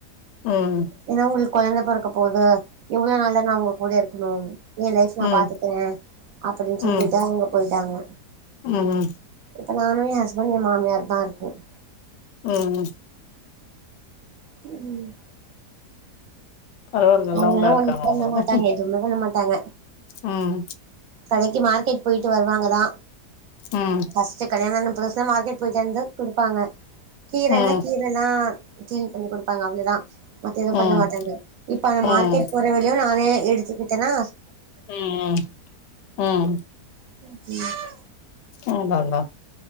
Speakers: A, on the left (about 85°); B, on the right (about 65°).
A: ம்
B: ஏன்னா உங்களுக்கு குழந்த பொறக்க போது எவ்ளோ நாள் தான் நா உங்க கூட இருக்கணு என் லைஃப் நா
A: ம்
B: பாத்துக்கிறேன் அப்படின்னு
A: ம்
B: சொல்லிட்டு அவங்க போயிட்டாங்க
A: ம்
B: இப்ப நானு என் ஹஸ்பண்ட் எ மாமியார் தா இருக்கோம்
A: ம்
B: ம்
A: பரவால்ல நல்லவங்களா
B: அவங்கல்லா
A: இருக்காங்க
B: ஒண்ணு
A: அவங்களு
B: பண்ண மாட்டாங்க எதுவுமே பண்ண மாட்டாங்க
A: ம்
B: கடைக்கு மார்க்கெட் போயிட்டு வருவாங்கதா
A: ம்
B: ஃபஸ்ட் கல்யாணம் ஆன புதுசுல மார்கட் போயிட்டு வந்து குடுபாங்க கீீரனா
A: ம்
B: கி னா க்கிளீன் பண்ணி குடுப்பாங்க அவ்ளதா மத்த எது பண்ண
A: ம்
B: மாட்டாங்க இப்ப
A: ம்
B: மார்கெட் போற வேல து நானே எடுத்துகிட்டனா
A: ம் ம் ம்
B: <inaudible>
A: ஆதான்தா